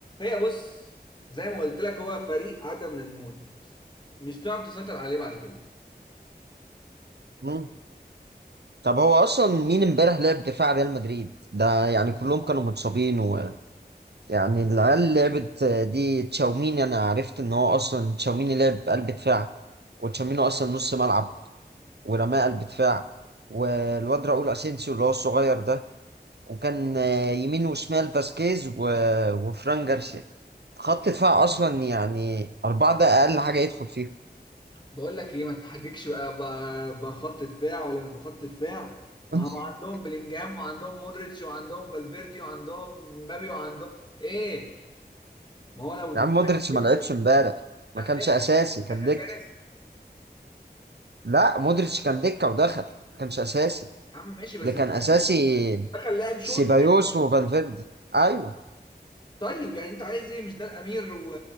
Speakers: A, on the left (about 25°); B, on the right (about 75°).
A: هي بص زي ما قلت لك هو فريق عدى من الموت مش هتعرف تسيطر عليه بعد كده
B: مم. طب هو اصلا مين امبارح لعب دفاع ريال مدريد ده يعني كلهم كانوا متصابين ويعني العيال اللي لعبت دي تشاوميني انا عرفت ان هو اصلا تشاوميني لعب قلب دفاع وتشاوميني اصلا نص ملعب ورماه قلب دفاع والواد راؤول اسينسيو اللي هو الصغير ده وكان آه، يمين وشمال فاسكيز و... وفران جارسيا خط دفاع اصلا يعني اربعه ده اقل حاجه يدخل فيه
A: بقول لك ليه ما تتحججش بقى ب- بخط دفاع ولا مش بخط دفاع ما
B: <laughs>
A: هو عندهم بلينجهام وعندهم مودريتش وعندهم فالفيردي وعندهم مبابي وعندهم ايه ما هو لو الدفاع
B: يا عم مودريتش
A: كان
B: ما لعبش
A: جول،
B: امبارح ما
A: لا
B: كانش
A: لا
B: اساسي كان
A: كان
B: دكه.
A: اساسي يا
B: لا مودريتش كان دكة ودخل ما كانش أساسي
A: عم ماشي بس
B: اللي كان
A: ده
B: أساسي
A: دخل لاعب شوط
B: سيبايوس
A: كده.
B: وفالفيردي أيوه
A: طيب يعني انت عايز ايه مش ده الامير و-